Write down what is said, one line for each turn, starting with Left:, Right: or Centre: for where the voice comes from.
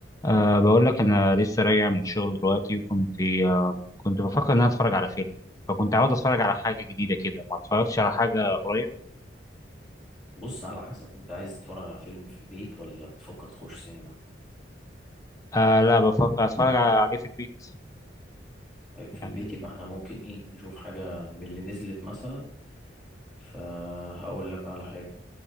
Left: أه بقول لك أنا لسه راجع من الشغل دلوقتي وكنت أه كنت بفكر إن أنا أتفرج على فيلم فكنت عاوز أتفرج على حاجة جديدة كده ما أتفرجتش على حاجة قريب
Centre: بص على حسب انت عايز تتفرج على فيلم في البيت ولا بتفكر تخش سينما
Left: أه لا بفكر أتفرج على- عليه في البيت
Centre: طيب
Left: يعني
Centre: في البيت يبقى احنا ممكن ايه نشوف حاجة من اللي نزلت مثلا فهقول لك على حاجة